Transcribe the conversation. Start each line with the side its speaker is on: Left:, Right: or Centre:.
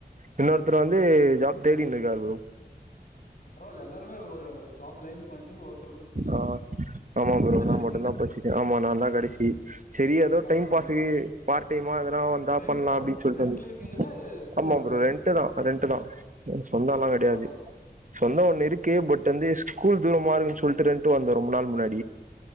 Right: இன்னொரு தர் வந்து ஜாப் தேடிந்தக்கார் ப்ரோ
Left: பரவாயில்ல எல்லாருமே ஒரு ஜாப் லைனு வந்ட்டின்க ஒரு
Right: ஆ ஆமா ப்ரோ நான்
Left: கடைசி
Right: மட்டும் தான் படிச்சக்கேன் ஆமா நான் தான் கடைசி சரி ஏதோ
Left: பரவால்ல
Right: டைம்
Left: ப்ரோ
Right: பாஸக்கு பார்ட்டைமா எதுனா வந்தா
Left: ரெண்டா
Right: பண்லாம் அப்படின்னு சொல்லி
Left: ரெண்ட்ல இருக்கீங்களா
Right: ஆமா
Left: ஆ,
Right: ப்ரோ ரெண்ட் தான் ரெண்ட் தான் சொந்தம்ல்லாம் கெடையாது
Left: பரவால்ல ப்ரோ
Right: சொந்தம் ஒண்ணு இருக்கு பட் வந்து ஸ்கூல் தூரமா இருக்குன்னு சொல்ட்டு ரெண்டு வந்த ரொம்ப நாள் முன்னாடி